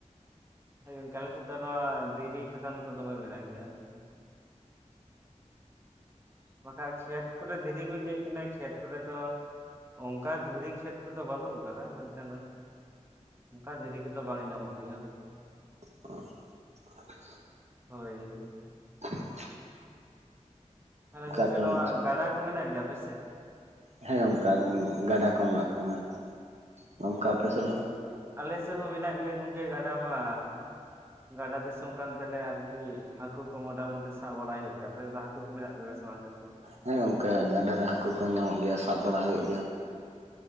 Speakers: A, on the right; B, on the right.
A: ᱦᱚᱭ ᱜᱚᱝᱠᱮ ᱟᱞᱮ ᱥᱚᱫ ᱫᱚ ᱱᱚᱣᱟ ᱫᱷᱤᱨᱤ ᱠᱷᱟᱛᱟᱱ ᱠᱚᱫᱚᱚᱵᱮ ᱢᱮᱱᱟᱜ ᱜᱮᱭᱟ ᱾ ᱵᱟᱠᱷᱟᱟᱱ ᱠᱷᱮᱛ ᱠᱚᱨᱮ ᱫᱷᱤᱨᱤ ᱵᱤᱱ ᱞᱟᱹᱭᱮᱫ ᱠᱟᱱᱟᱤ ᱠᱷᱮᱛ ᱠᱚᱨᱮ ᱫᱚ ᱚᱱᱠᱟ ᱫᱷᱤᱨᱤ ᱠᱷᱮᱫ ᱠᱚᱫᱚ ᱵᱟᱹᱱᱩᱜ ᱟᱠᱟᱫᱟ ᱢᱮᱱᱠᱷᱟ ᱫᱚ ᱝᱠᱟ ᱫᱷᱤᱨᱤ ᱠᱚᱛᱚ ᱵᱟᱝ ᱧᱟᱢᱚᱜ ᱜᱮᱭᱟ ᱾
B: <inaudible>
A: ᱦᱳᱭ
B: <inaudible>
A: ᱛᱟᱦᱚᱞᱮ ᱜᱚᱝᱠᱮ
B: ᱟᱯᱮ
A: ᱱᱚᱣᱟ
B: ᱚᱱᱛᱮ
A: ᱜᱟᱰᱟ ᱠᱚ ᱢᱮᱱᱟᱜ ᱜᱮᱭᱟ ᱟᱯᱮᱥᱮᱫ
B: ᱦᱮᱸ ᱚᱱᱠᱟ ᱜᱟᱰᱟ ᱠᱚ ᱢᱮᱱᱟᱜ ᱠᱚᱣᱟ ᱜᱚᱢᱠᱮ ᱟᱯᱮ ᱥᱮᱫ ᱫᱚ
A: ᱟᱞᱮ ᱥᱮᱫ ᱦᱚᱸ ᱢᱮᱱᱟᱜ ᱜᱮᱭᱟ ᱜᱚᱢᱠᱮ ᱜᱟᱰᱟ ᱢᱟ ᱜᱟᱰᱟ ᱫᱤᱥᱚᱢ ᱠᱟᱱ ᱛᱟᱞᱮ ᱟᱨᱠᱤ ᱦᱟᱠᱩ ᱠᱚ ᱢᱚᱴᱟ ᱢᱩᱩᱴᱤ ᱥᱟᱵ ᱵᱟᱲᱟ ᱦᱩᱭᱩᱜ ᱜᱮᱭᱟ ᱛ ᱫᱚ ᱦᱟᱹᱠᱩ ᱠᱚ ᱢᱮᱱᱟᱜ ᱠᱚᱜᱭᱟ ᱥᱮ ᱵᱟᱝᱸᱰᱮᱨᱛᱟᱱ
B: ᱦᱮᱸ ᱜᱚᱝᱠᱮ ᱜᱟᱰᱟ ᱨᱮ ᱦᱟᱹᱠᱩ ᱠᱚᱦᱚᱸ ᱧᱟᱢᱚᱜ ᱜᱮᱭᱟ ᱥᱟᱵ ᱵᱟᱲᱟ ᱦᱩᱭᱩᱜ ᱜᱮᱭᱟ ᱾